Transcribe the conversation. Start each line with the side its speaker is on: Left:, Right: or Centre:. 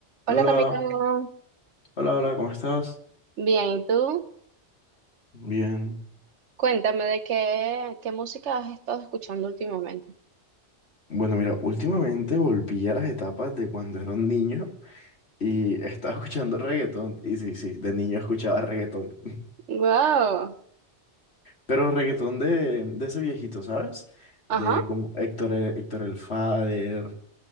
Right: Hola
Left: Hola,
Right: Camilo,
Left: hola, hola, ¿cómo estás?
Right: bien, ¿y tú?
Left: Bien.
Right: Cuéntame de qué, qué música has estado escuchando últimamente.
Left: Bueno, mira, últimamente volví a las etapas de cuando era un niño y estaba <laughs> escuchando reggaetón. Y sí, sí, de niño escuchaba reggaetón.
Right: Wow,
Left: Pero reggaetón de, de ese viejito, ¿sabes?
Right: ajá,
Left: De como Héctor, eh, Héctor el Father,